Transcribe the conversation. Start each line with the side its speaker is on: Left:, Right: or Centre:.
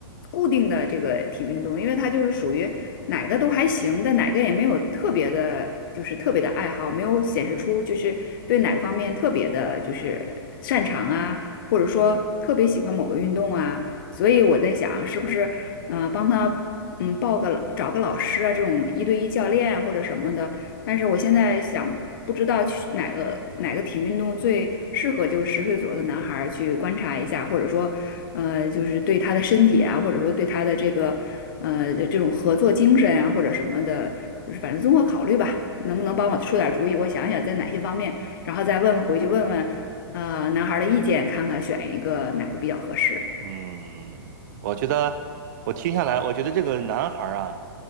Left: 固定的这个体育运动，因为他就是属于哪个都还行，但哪个也没有特别的，就是特别的爱好，没有显示出就是对哪个方面特别的，就是擅长啊，或者说特别喜欢某个运动啊，所以我在想，是不是呃帮他嗯报个找个老师啊，这种一对一教练啊或者什么的。但是我现在想，不知道去哪个哪个体育运动最适合就是十岁左右的男孩儿去观察一下，或者说，呃，就是对他的身体啊，或者说对他的这个呃这种合作精神啊，或者什么的，就是反正综合考虑吧，能不能帮我出点儿主意？我想想在哪些方面，然后再问问回去问问，呃，男孩儿的意见，看看选一个哪个比较合适。
Right: 嗯，我觉得我听下来，我觉得这个男孩儿啊，